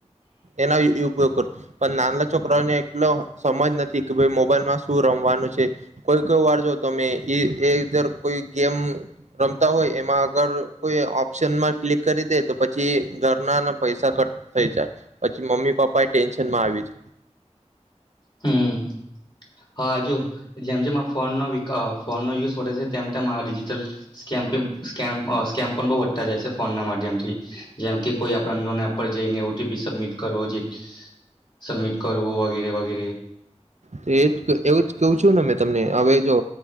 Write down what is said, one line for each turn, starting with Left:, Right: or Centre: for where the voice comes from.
Right: એના ઉપયોગ કરું પણ નાનલા છોકરાઓને એટલો સમજ નથી કે ભઈ મોબાઈલમાં શું રમવાનું છે કોઈ કોઈ વાર જો તમે એ એ દર કોઈ ગેમ રમતા હોય એમાં આગળ કોઈ ઓપ્શનમાં ક્લિક કરી દે તો પછી ઘરના અને પૈસા કટ થઈ જાય પછી મમ્મી પપ્પા એ ટેન્શનમાં આવી જ
Left: હમ. હા જો જેમ જેમ આ ફોનનો વિકા ફોનનો યુઝ વધે છે તેમ તેમ આ ડિજીિટલ સ્કે સ્કેમ અ સ્કેમ પણ બઉ વધતા જાય છે ફોનના માધ્યમથી જેમ કે કોઈ આપડો અન્નોન એપ પર જઈને ઓટીપી સબમિટ કરવો જે સબમિટ કરવો વગેરે વગેરે <inaudible>
Right: તો એ જ કે એવું જ કઉ છું ને મેં તમને હવે જો